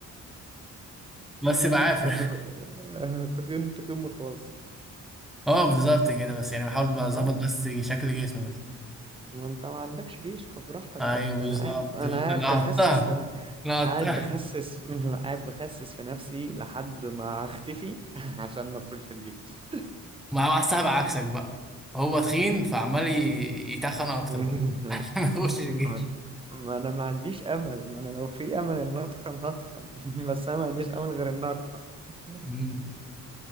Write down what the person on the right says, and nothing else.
تخين
تخين تخين متوسط
ها
ما انت ما عندكش جيش فبراحتك
بقى
ده انا قاعد انا
قاعد بخسس في ن-
قاعد بخسس <laughs> قاعد بخسس في نفسي لحد ما اختفي <laughs> عشان ما ادخلش الجيش
<laughs>
آه، ما انا ما عنديش امل ما انا لو في امل ان اتخن هتخن <laughs> بس انا ما عنديش امل غير ان ارفع <laughs>